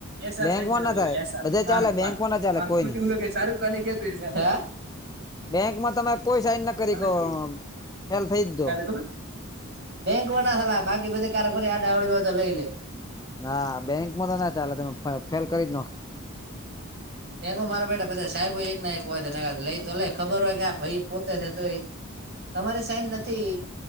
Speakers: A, on the right; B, on the left.
A: એસ આર
B: બેંકમાં
A: સૈન કરલા
B: ના થાય
A: એ સાર
B: બધા
A: શારૂખ
B: ચાલે
A: ખાાન.
B: બેંકમાં ના ચાલે કોઈ નઈ
A: એવું શાહરુખ ખાનાની કેતું <inaudible> થોડી
B: બેંકમાં તમે કોઈ સાઈન ના
A: અલગ
B: કો
A: કરી.
B: ફેલ થઈ જ દો
A: <inaudible> બેંક ના હલાવે બાકી બધુ કારક આડા હવળું હોય તો લઈ લે
B: હા બેંકમાં તો ના ચાલે તમે ફેલ કરી જ નખ
A: કે મારો બેટા બધા સાહેબો એક ના એક હોય છેને લઈ તો લઈ ખબર હોય કે આ ભાઈ પોતે છે તો તમારી સાઈન નથી